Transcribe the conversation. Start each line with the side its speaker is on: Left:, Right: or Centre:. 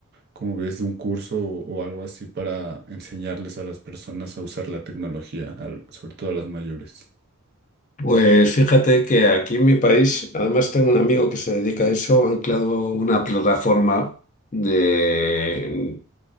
Right: como ves, de un curso o, o algo así para enseñarles a las personas a usar la tecnología, al- sobre todo a las mayores.
Left: Pues fíjate que aquí en mi país, además tengo un amigo que se dedica a eso, han creado una plataforma de,